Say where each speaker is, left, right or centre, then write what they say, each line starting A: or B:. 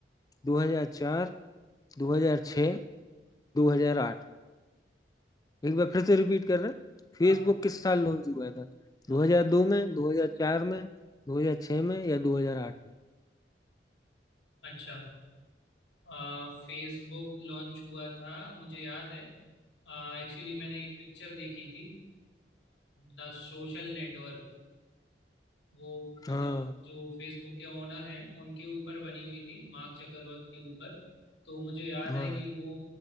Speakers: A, on the left (about 20°); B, on the left (about 85°).
A: 2004 2006
B: हाँ
A: 2008 एक बार फिर से रिपीट कर रहे हैं फेसबुक
B: हाँ, बिल्कुल
A: किस साल लॉन्च हुआ था
B: हाँ
A: 2002 में 2004 में 2006 में या 2008 में
B: अच्छा आ, फेसबुक लॉन्च हुआ था मुझे याद है एक्चुअली मैंने एक पिक्चर देखी थी द सोशल नेटवर्क वो मतलब
A: हाँ
B: जो फेसबुक के ओनर हैं उनके ऊपर बनी हुई थी मार्क जकरवर्ग के ऊपर तो मुझे याद
A: हाँ
B: है कि वो